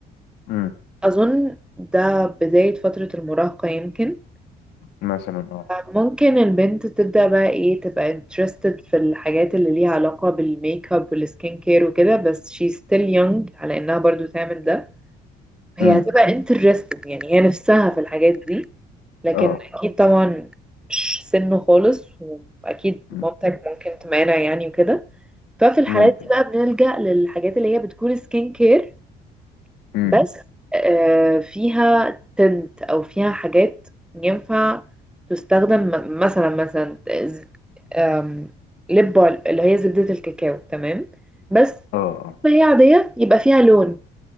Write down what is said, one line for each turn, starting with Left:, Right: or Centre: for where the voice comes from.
Left: مم.
Centre: أظن ده بداية فترة المراهقة يمكن
Left: مثلا اه
Centre: ممكن البنت تبدأ بقى ايه تبقى interested في الحاجات اللي ليها علاقة بالميك اب والسكين كير وكده بس she still young على انها برضو تعمل ده هي
Left: امم
Centre: هتبقى interested يعني هي نفسها في الحاجات دي لكن
Left: اه
Centre: اكيد طبعا مش سنه خالص واكيد
Left: مم.
Centre: مامتك ممكن تمانع يعني وكده ففي الحالات
Left: ممكن
Centre: دي بقى بنلجأ للحاجات اللي هي بتكون سكين كير
Left: امم
Centre: بس آه، فيها تنت او فيها حاجات ينفع تستخدم م- مثلا مثلا ز- آم، لب بال- اللي هي زبدة الكاكاو تمام بس
Left: اه اه
Centre: ما هي عادية يبقى فيها لون